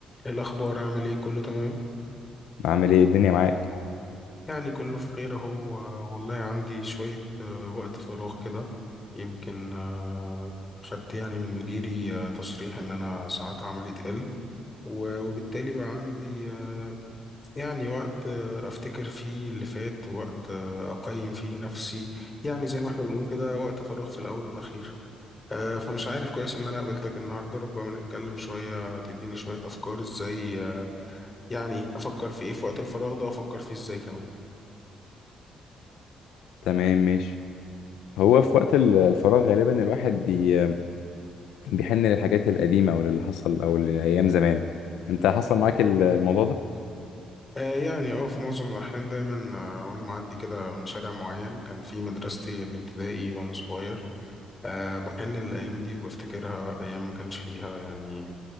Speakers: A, on the left; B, on the left.
A: الأخبار عامل إيه كله تمام
B: عامل ايه الدنيا معاك
A: يعني كله في خير أهو آه، والله عندي شوية آه، وقت فراغ كده يمكن آه، خدت يعني من مديري آه، تصريح إن أنا ساعات عملي تقل و- وبالتالي بقى عندي آه، يعني وقت آه، أفتكر فيه اللي فات ووقت آه، أقيم فيه نفسي يعني زي ما إحنا بنقول كده وقت فراغ في الأول والأخير آه، فمش عارف كويس إن أنا قابلتك النهاردة ربما نتكلم شوية تديني شوية أفكار إزاي آه، يعني افكر في ايه في وقت الفراغ ده وافكر فيه ازاي كمان
B: تمام ماشي هو في وقت ال- الفراغ غالبا الواحد بي بيحن للحاجات القديمة او للي حصل او لأيام زمان انت حصل معاك ال- الموضوع ده
A: آه يعني اه في معظم الاحيان دايما آه وانا معدي كده من شارع معين كان في مدرستي الابتدائي وانا صغير آه بحن الايام دي وبفتكرها ايام ما كانش فيها يعني